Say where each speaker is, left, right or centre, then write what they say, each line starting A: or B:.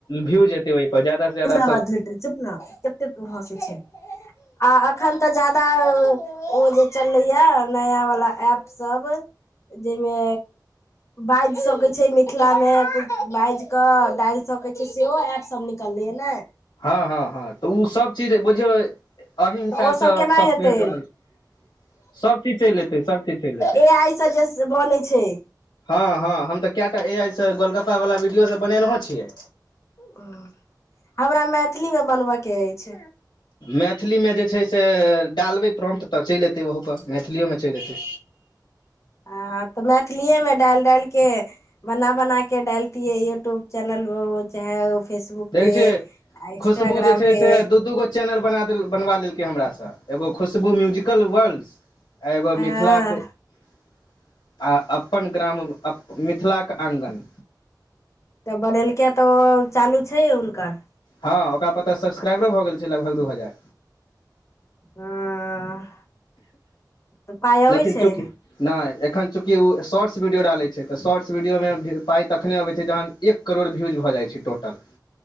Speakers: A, on the left (about 80°); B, on the left (about 40°).
A: भ्यूज जेतै ओहिप जदा से जादा
B: चुपना कते तू हसे छै <inaudible> आ अखन तऽ जादा ओ जे चललेया नाया वला ऐप सब जाहिमे बाइज सकै छैय मिथिला मे बाज के डाइल सकैत छैय सेहो एऐप सब निकललै या ने
A: हाँ हाँ हाँ तऽ ओ सब चीज बुझियौ अह
B: तऽ
A: हिसाबसँ
B: ओ सब केना
A: सॉफ्टवेयर
B: हेतै
A: बनल छैय सभ चीज चेल अयतै सभ चीज चेल अयतै
B: ए आइ से जे बनै छै
A: हाँ हाँ हम तऽ केटा ए आइ से गोलगप्पा वला वीडियो सब बनेनेयो छियै
B: <inaudible> हमरा मैथिलीमे बनबयक ऐछ
A: मैथिलीमे जे छैय से डालबै प्रम्प तऽ चइल अयतै ओहपर मैथली ओहोमे चइल अयतै
B: हाँ तऽ मैथिलिएमे डाल डाल कऽ बना बना के डालती है यूट्यूब चैनल चाहे फेसबुक
A: देखै
B: पे
A: छियै
B: इन्स्टाग्राम
A: खुशबू जे छै
B: पे
A: से दू दू गो चैनल बनवा लेलेलकै हमरा सँ एगो खुशबू म्यूजिकल वर्ल्ड आ एगो
B: हँ
A: मिथिलाके <inaudible> आ अपन ग्राम मिथिलाके आङ्गन
B: तऽ बनेलक तऽ ओ चालू छैय हुनकर
A: हाँ ओकरा पर तऽ सब्सक्राइबरो भऽ गेल छैय लगभग दू हजार
B: हँ तऽ पाइ
A: लेकिन
B: अबै
A: चूकि
B: छै
A: नय एखन चूँकि ओ शॉर्ट्स वीडियो डालै छैय तऽ शॉर्ट्स वीडियोमे भ पाइ तखने अबैत छैय जहन एक करोड़ भीयूज भऽ जाइ छैय टोटल